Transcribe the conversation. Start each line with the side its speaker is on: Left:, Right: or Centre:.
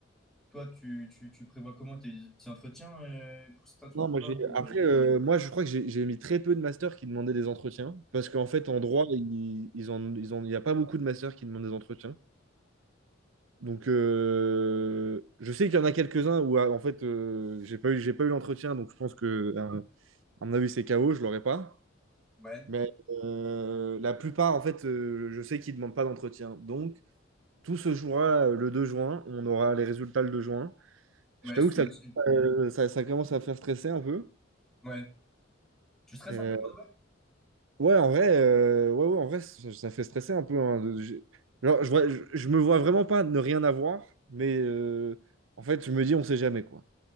Centre: toi, tu, tu, tu prévois comment tes petits entretiens euh, pour certains trucs
Right: Non, moi
Centre: ou pas?
Right: j'ai.
Centre: Ou,
Right: Après,
Centre: euh,
Right: euh, moi je crois que j'ai j'ai mis très peu de masters qui demandaient des entretiens. Parce qu'en fait, en droit, ils, ils en, ils en- il n'y a pas beaucoup de masters qui demandent des entretiens. Donc euh, je sais qu'il y en a quelques-uns où ah, en fait euh, j'ai pas eu, j'ai pas eu l'entretien, donc je pense que à, à mon avis c'est KO, je l'aurais pas.
Centre: Ouais,
Right: Mais euh, la plupart, en fait, euh, je sais qu'ils demandent pas d'entretien. Donc tout se jouera euh, le 2 juin. On aura les résultats le 2 juin.
Centre: ouais,
Right: Je t'avoue
Centre: sous
Right: que ça,
Centre: aussi.
Right: euh, ça, ça commence à faire stresser un peu.
Centre: Ouais. Tu stresses
Right: Euh,
Centre: un peu pour de vrai?
Right: Ouais, en vrai, euh, ouais, ouais, en vrai, ça, ça fait stresser un peu. hein, de- j'ai- genre, je, vois- je, je me vois vraiment pas ne rien avoir, mais euh, en fait, je me dis, on sait jamais, quoi.